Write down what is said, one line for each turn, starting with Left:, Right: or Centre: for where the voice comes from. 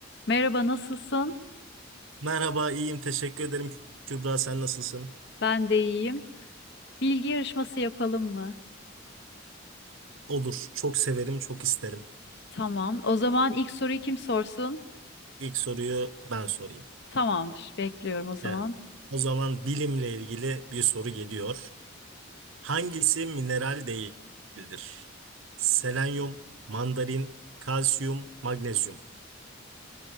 Left: Merhaba, nasılsın?
Right: Merhaba, iyiyim. Teşekkür ederim. Kübra, sen nasılsın?
Left: Ben de iyiyim. Bilgi yarışması yapalım mı?
Right: Olur. Çok severim, çok isterim.
Left: Tamam. O zaman ilk soruyu kim sorsun?
Right: İlk soruyu ben sorayım.
Left: Tamamdır. Bekliyorum o zaman.
Right: Evet. O zaman bilimle ilgili bir soru geliyor. Hangisi mineral değildir? Selenyum, mandarin, kalsiyum, magnezyum.